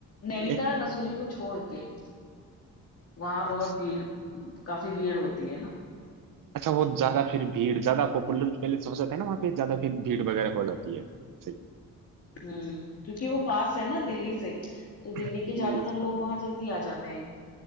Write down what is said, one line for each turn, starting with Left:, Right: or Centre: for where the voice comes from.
Left: नैनीताल
Right: एक
Left: मसूरी को छोड़ के वहां
Right: अच्छा
Left: बहुत भीड़ काफी भीड़ होती है ना
Right: अच्छा, वो ज्यादा फिर भीड़ ज्यादा पॉपुलर पहले से हो जाता है ना वहाँ पे ज्यादा फिर भीड़ वगैरह हो जाती है ऐसे ही।
Left: हम्म क्योंकि वो पास है ना दिल्ली से तो दिल्ली
Right: हम्म
Left: के ज्यादातर लोग वहां जल्दी आ जाते हैं